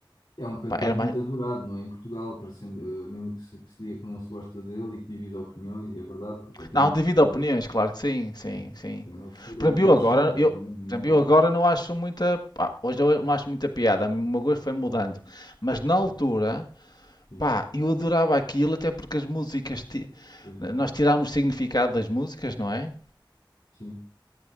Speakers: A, on the left; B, on the left.
A: É um cantor
B: Pá, era
A: muito
B: mais...
A: adorado, não é? Em Portugal, parecendo, eh, mesmo que se, que se diga que não se gosta dele e que divide opiniões, e é verdade, porque ele tem
B: Não,
A: uma
B: devido
A: postura,
B: a opiniões, claro que sim, sim,
A: é,
B: sim.
A: tem uma postura
B: Para
A: um
B: mim
A: bocado
B: eu agora,
A: excêntrica,
B: eu, por
A: não é? No
B: exemplo,
A: palco.
B: eu agora não acho muita... Pá, hoje eu não acho muita piada, o meu gosto foi mudando.
A: Sim,
B: Mas na altura,
A: sim, sim,
B: pá, eu adorava aquilo, até porque as músicas... ti-
A: pois é,
B: Nós tirámos significado das músicas, não é?
A: sim.